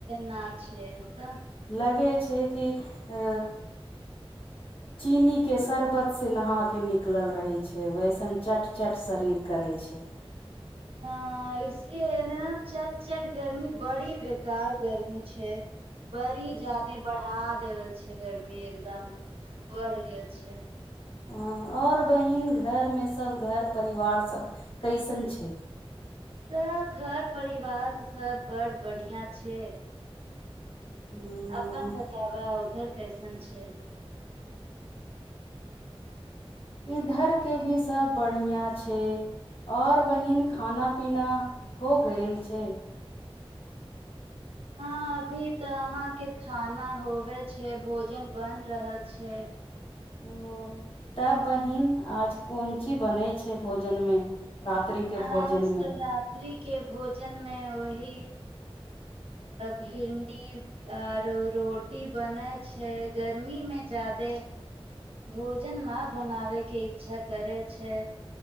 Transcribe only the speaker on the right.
ना छै त
हँ, एहि लेल एतय ने चट-चट गर्मी, बड़ बेकार गर्मी छै। बड़ी
जादे बढ़ा। देवल छै गर्मी एकदम बढ़ गेल छै
सभ घर-परिवार सभ बड़ बढ़िया छै।
अपन बताउ उधर। कैसन छै
हँ, अभी तँ अहाँक खाना होयबाक छै, भोजन बनि रहल छै।
आ
र सेक भोजनमे ओहि भिंडी आ रोटी बनैत छै। गर्मीमे जादे भोजन बनेबाक इच्छा नहि करैत छै।